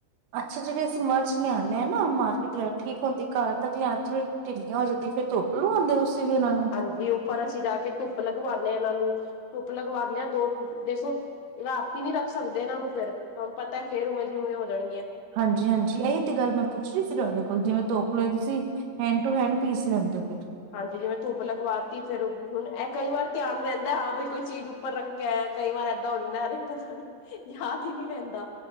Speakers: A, on the right; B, on the left.
A: ਅੱਛਾ ਜੜੀ ਅਸੀ ਮਰਚ ਲਿਆਨੇਂ ਆ ਨਾ ਮਾਰਕੀਟ ਲੀਆਨ ਠੀਕ ਹੋਂਦੀ ਘਰ ਤੱਕ ਲਿਆਨ ਥੋੜੀ ਢਿੱਲੀਆਂ ਹੋ ਜਾਂਦੀ ਫਿਰ ਧੋਪ ਲੂਆਂਦੇ ਓ ਤੁਸੀ ਵੀ ਓਨਾਂ ਨੂੰ।
B: ਹਾਂਜੀ ਉੱਪਰ ਅਸੀਂ ਜਾ ਕੇ ਧੁੱਪ ਲਗਵਾਨੇ ਆਂ ਏਨਾਂ ਨੂੰ ਧੁੱਪ ਲਗਵਾ ਲਿਆ। ਦੋ ਦੇਸੋ ਰਾਤੀ ਨੀ ਰੱਖ ਸਕਦੇ ਏਨਾਂ ਨੂੰ ਫੇਰ, ਤੁਆਨੂੰ ਪਤੈ ਫੇਰ ਉਵੇਂ ਦੀ ਉਵੇਂ ਹੋ ਜਾਣਗੀਆਂ।
A: ਹਾਂਜੀ-ਹਾਂਜੀ ਐਈ ਤੇ ਗੱਲ ਮੈਂ ਪੁੱਛ ਰੀ ਸੀ ਤੁਆਡੇ ਕੋਲ ਜਿਵੇਂ ਧੋਪ ਲੇ ਤੁਸੀ ਹੈਂਡ ਟੂ ਹੈਂਡ ਪੀਸ ਲੈਂਦੇ ਓ ਫੇਰ।
B: ਹਾਂਜੀ, ਜਿਵੇਂ ਧੁੱਪ ਲਗਵਾ ਤੀ ਫੇਰ ਹੂਨ ਐ ਕਈ ਵਾਰ ਧਿਆਨ ਰੈਂਦੈ ਹਾਂ ਬਈ ਕੋਈ ਚੀਜ਼ ਉੱਪਰ ਰੱਖ ਕੈ ਕਈ ਵਾਰ ਐਦਾਂ ਹੋਂਦੈ ਰੇ ਪਤਾ ਨੀ ਯਾਦ ਈ ਨੀ ਰੈਂਦਾ।